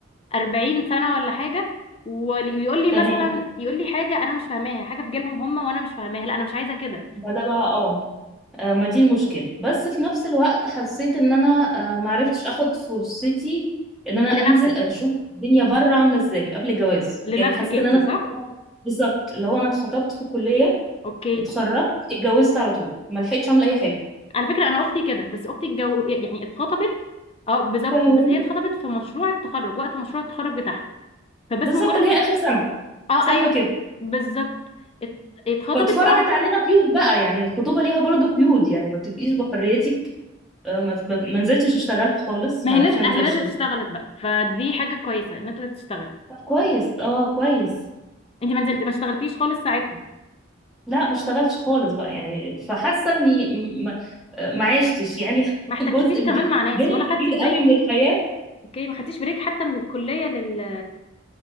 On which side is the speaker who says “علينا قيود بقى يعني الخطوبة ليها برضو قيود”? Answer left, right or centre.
Centre